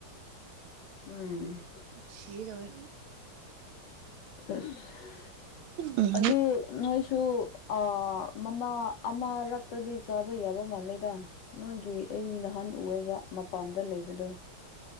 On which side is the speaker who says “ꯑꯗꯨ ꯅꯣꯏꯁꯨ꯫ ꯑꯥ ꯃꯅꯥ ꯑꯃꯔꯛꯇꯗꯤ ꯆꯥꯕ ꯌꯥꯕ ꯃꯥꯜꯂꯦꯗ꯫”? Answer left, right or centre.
Left